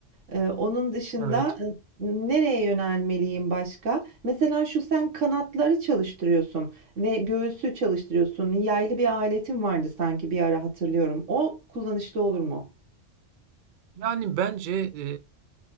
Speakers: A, on the right; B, on the right.
A: Eee, onun dışında
B: Evet.
A: e, nereye yönelmeliyim başka? Mesela şu sen kanatları çalıştırıyorsun ve göğsü çalıştırıyorsun. Yaylı bir aletin vardı sanki bir ara hatırlıyorum. O kullanışlı olur mu?
B: Yani bence e,